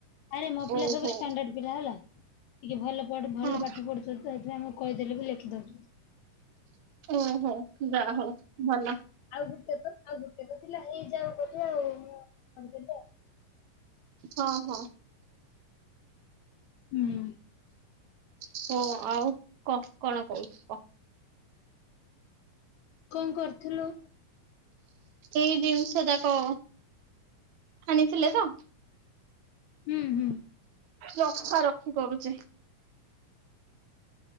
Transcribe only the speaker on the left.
ଆରେ ମୋ ପିଲା
ସବୁ ଷ୍ଟାଣ୍ଡାଡ ପିଲା ହେଲା, ଟିକେ ଭଲ ପଢ ଭଲ
ପାଠ ପଢୁଛନ୍ତି ତ ସେଥିପାଇଁ ମୁଁ କହିଦେଲେ ବି ଲେଖି ଦଉଛନ୍ତି।
ଆଉ ଗୋଟେ ତ ଆଉ ଗୋଟେ ତ ଥିଲା ହେଇ ଯାଉ ବୋଲି ଆଉ ମୁଁ କହିଦେଲି ଆ
ହୁଁ।
କଣ କରୁଥିଲୁ?
ହୁଁ, ହୁଁ।